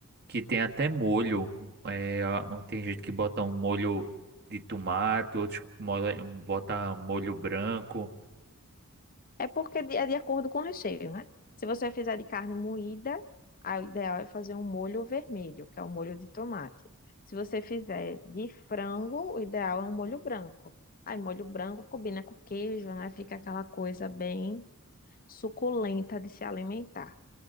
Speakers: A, on the right; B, on the left.
A: que tem até molho. É, a- tem gente que bota um molho de tomate, outros mo- bota molho branco.
B: É porque de- é de acordo com o recheio, né? Se você fizer de carne moída, aí o ideal é fazer um molho vermelho, que é o molho de tomate. Se você fizer de frango, o ideal é um molho branco. Aí, molho branco combina com queijo, né? Fica aquela coisa bem suculenta de se alimentar.